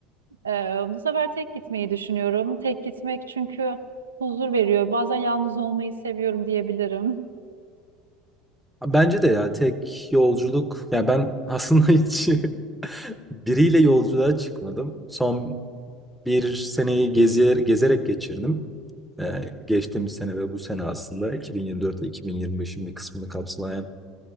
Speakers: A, on the right (about 80°); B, in the centre.
A: Ee, bu sefer tek gitmeyi düşünüyorum. Tek gitmek çünkü huzur veriyor. Bazen yalnız olmayı seviyorum diyebilirim.
B: Bence de ya tek yolculuk. Ya ben aslında hiç <laughs> Biriyle yolculuğa çıkmadım. Son bir seneyi geziyer, gezerek geçirdim. Ee, geçtiğimiz sene ve bu sene aslında 2024 ile 2025'in bir kısmını kapsayan